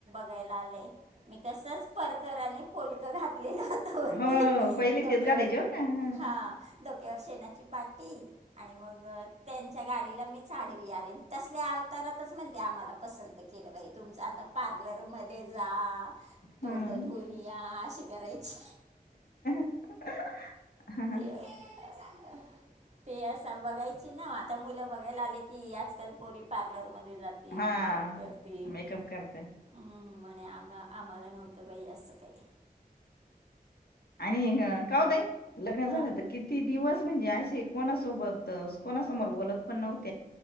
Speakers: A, on the right; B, on the left.
A: बघायला आले मी तसच परकर आणि पोलक घातलेलं होत.
B: हो.
A: ते
B: पहिले
A: डोक्यावर
B: तेच घालायचे बरं का. हं.
A: हा डोक्यावर शेणाची पाटी आणि मग त्यांच्या गाडीला मीच आडवी आले तसले अवतारातच म्हणते आम्हाला पसंत केली. लकेलं बाई तुमच आता पार्लर जा तोंड
B: हं.
A: धुन या अशी करायची.
B: हा
A: ते
B: ह.
A: ते असं बघायची ना. आता मुलं बघायला आले की आजकाल पोरी पार्लर म जातील
B: हां.
A: मेकअप करतील.
B: मेकअप करते.
A: म्हणे आम आम्हाला नव्हतं बाई असं काही
B: आणि का होताई लग्न
A: हां
B: झालं तर किती दिवस म्हणजे असे कोणा सोबत कोणासमोर बोलत पण नवत.